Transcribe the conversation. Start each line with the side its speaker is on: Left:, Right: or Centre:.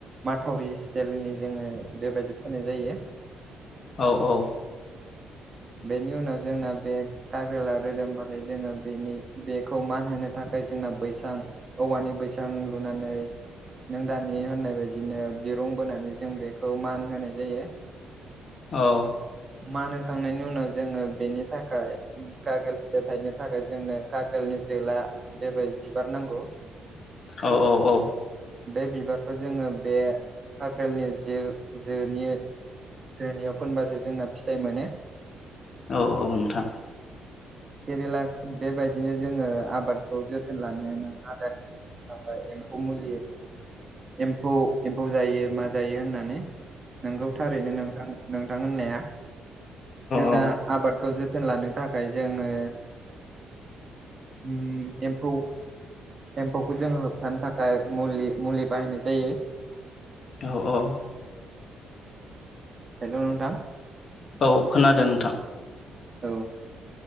Right: माथावरि स्टाइलनि जोङो बेबायदि खोनाय जायो।
Left: औ औ।
Right: बेनि उनाव जोंना बे गाग्रेला रोदोमबाथाय जोङो बेनि बेखौ मान होनो थाखाय जोंना बैसां औवानि बैसां लुनानै नों दानि होननाय बायदिनो दिरुं बोनानै जों बेखौ मान होनाय जायो।
Left: औ।
Right: मान होखांनायनि उनाव जोङो बेनि थाखाय कागोल फिथाइ थायनो थाखाय जोंनो काजोलनि जोला बेबाय बिबार नांगौ
Left: औ औ औ।
Right: बे बिबारखौ जोङो बे काख्रेलनि जो जोनि जोनियाव फोनबासो जोंना फिथाइ मोनो।
Left: औ औ नोंथां।
Right: केरेला बेबायदिनो जोङो आबादखौ जोथोन लानो नों हादों आमफाय एम्फौ मुलि एम्फौ एम्फौ जायो मा जायो होननानै नोंगौ थारैनो नोंथां नोंथां होननाया जोंना
Left: औ
Right: आबाद खौ जोथोन लानो थाखाय जोङो उम एम्फौ एम्फौखौ जोङो होबथानो थाखाय मुलि मुलि बाहायनाय जायो।
Left: औ औ।
Right: हेलौ नोंथां
Left: औ खोनादों नोंथां
Right: औ